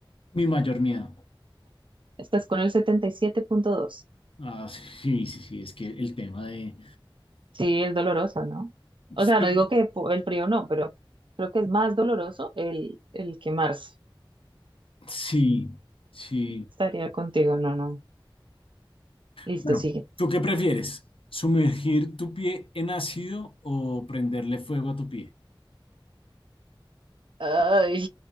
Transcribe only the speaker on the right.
estás con el setenta y siete punto dos.
Sí, es doloroso, ¿no? O
sea, no digo que po- el frío no, pero creo que es más doloroso el, el quemarse.
Estaría contigo, no, no. Listo,
sigue.
Ay,